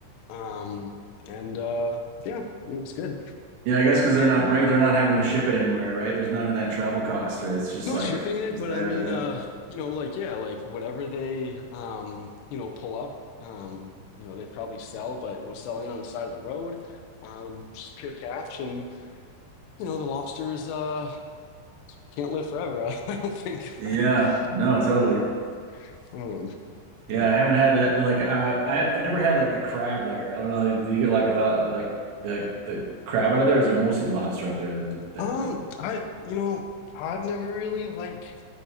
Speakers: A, on the left; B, on the right.
A: Um, and uh yeah, you know, it's good.
B: Yeah, I guess because they're not bring they're not having to ship it anywhere, right? There's none of that travel cost, right? It's just
A: Not
B: like
A: shipping it,
B: just
A: but
B: there.
A: I mean,
B: Yeah.
A: uh, you know, like yeah, like whatever they, um, you know, pull up, um, you know, they probably sell, but you know, selling it on the side of the road, um, just pure cash, and you know, the lobsters uh can't live forever. <laughs> I, don't think,
B: Yeah.
A: like,
B: No, totally.
A: you know, um, but
B: Yeah, I haven't had that. Like, I I, I never had like the crab there. I don't know. Like, do you get like a lot like the the crab out of there? Or is it mostly lobster up there? That that,
A: um,
B: that thing?
A: I, you know, I've never really like,